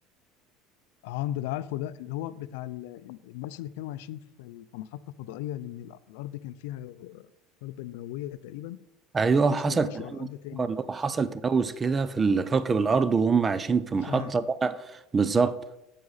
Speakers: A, on the left (about 80°); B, on the right (about 15°).
A: عند اللي عارفه ده اللي هو بتاع ال- الناس اللي كانوا عايشين في ال- في محطه فضائيه لان ال- الارض كان فيها آه، حرب نوويه تقريبا
B: ايوه
A: ونزلوا
B: آه، حصل
A: عاشوا
B: تلوث
A: على الارض تاني
B: اللي هو حصل
A: صح
B: تلوث كده في ال- كوكب الارض وهم عايشين في
A: اشعاع
B: محطه بقى بالظبط